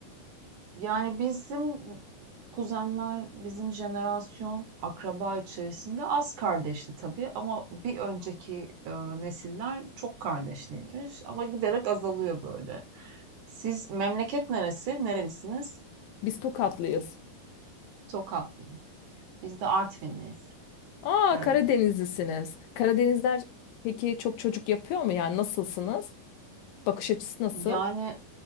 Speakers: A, on the right; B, on the left.
A: Yani bizim kuzenler, bizim jenerasyon akraba içerisinde az kardeşti tabii ama bir önceki e, nesiller çok kardeşliymiş ama giderek azalıyor böyle. Siz memleket neresi? Nerelisiniz?
B: Biz Tokatlıyız.
A: Tokatlı. Biz de Artvinliyiz,
B: Aa
A: Karadenizli.
B: Karadenizlisiniz. Karadenizler peki çok çocuk yapıyor mu? Yani nasılsınız? Bakış açısı nasıl?
A: Yani